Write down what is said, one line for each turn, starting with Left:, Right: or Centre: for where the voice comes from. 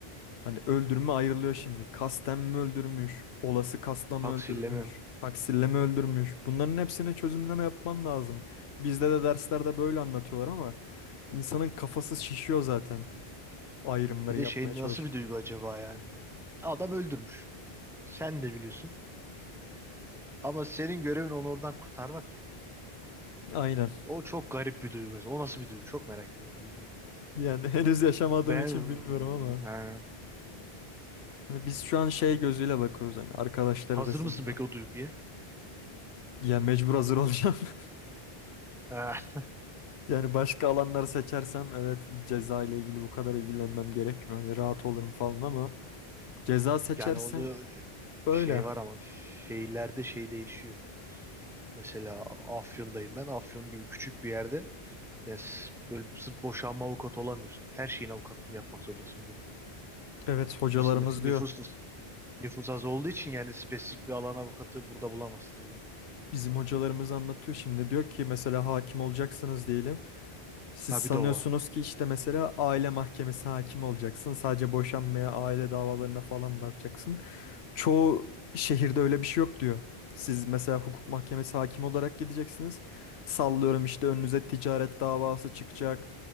Left: hani öldürme ayrılıyor şimdi. Kasten mi öldürmüş? Olası kasla mı
Centre: Taksillemem.
Left: öldürmüş? Taksirle mi öldürmüş? Bunların hepsine çözümleme yapman lazım. Bizde de derslerde böyle anlatıyorlar ama insanın kafası şişiyor zaten ayrımları
Centre: Bir de
Left: yapmaya
Centre: şey
Left: çalışırken.
Centre: nasıl bir duygu acaba yani? Adam öldürmüş. Sen de biliyorsun. Ama senin görevin onu oradan kurtarmak ya.
Left: Aynen.
Centre: O çok garip bir duygu mesela. O nasıl bir duygu? Çok merak ediyorum. o duyguyu.
Left: Yani <laughs> henüz yaşamadığım
Centre: Ben
Left: için bilmiyorum ama
Centre: yani
Left: hani biz şu an şey gözüyle bakıyoruz hani arkadaşlar
Centre: hazır
Left: arasında.
Centre: mısın peki o duyguya?
Left: Ya mecbur hazır olacağım. <laughs>
Centre: <laughs>
Left: Yani başka alanları seçersem evet ceza ile ilgili bu kadar ilgilenmem gerekmiyor. Hani rahat olurum falan ama ceza seçersen
Centre: Yani orada
Left: böyle.
Centre: şey var ama şehirlerde şey değişiyor. Mesela Afyon'dayım ben. Afyon gibi küçük bir yerde ya s- böyle sırf boşanma avukatı olamıyorsun. Her şeyin avukatını yapmak zorundasın burada.
Left: Evet hocalarımız
Centre: İz- nüf-
Left: diyor.
Centre: Nüfus, nüfus az olduğu için yani spesifik bir alan avukatı burada bulamazsın öyle.
Left: Bizim hocalarımız anlatıyor şimdi diyor ki mesela hakim olacaksınız diyelim. Siz
Centre: Ha
Left: sanıyorsunuz
Centre: bir de o var.
Left: ki işte mesela aile mahkemesi hakim olacaksın. Sadece boşanmaya, aile davalarına falan bakacaksın. Çoğu şehirde öyle bir şey yok diyor. Siz mesela hukuk mahkemesi hakimi olarak gideceksiniz. Sallıyorum işte önünüze ticaret davası çıkacak.